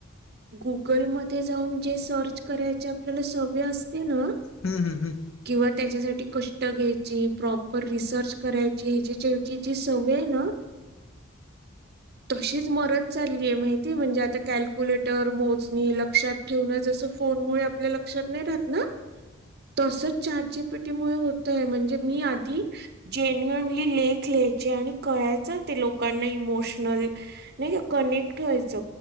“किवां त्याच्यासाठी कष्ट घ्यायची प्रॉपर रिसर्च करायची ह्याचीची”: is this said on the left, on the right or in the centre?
Right